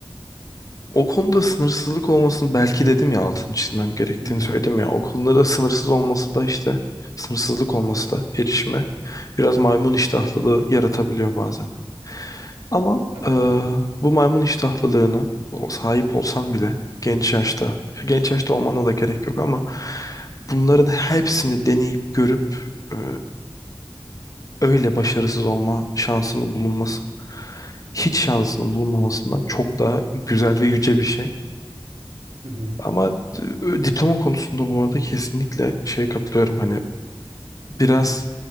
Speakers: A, on the left (about 40°); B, on the right (about 85°).
A: o konuda sınırsızlık olmasını belki dedim ya altını çizmem gerektiğini
B: Hı hı.
A: söyledim ya. O konuda da sınırsız olması da işte sınırsızlık olması da erişime biraz maymun iştahlılığı yaratabiliyor bazen. Ama
B: Ya, tabii
A: eee,
B: ki.
A: bu maymun iştahlılığını o sahip olsan bile genç yaşta, genç yaşta olmana da gerek yok ama bunların hepsini deneyip görüp eee, öyle başarısız olma şansını bulunması hiç şansının bulunmamasından çok daha güzel ve yüce bir şey.
B: Hı hı.
A: Ama e, diploma konusunda bu arada kesinlikle şeye katılıyorum. Hani Biraz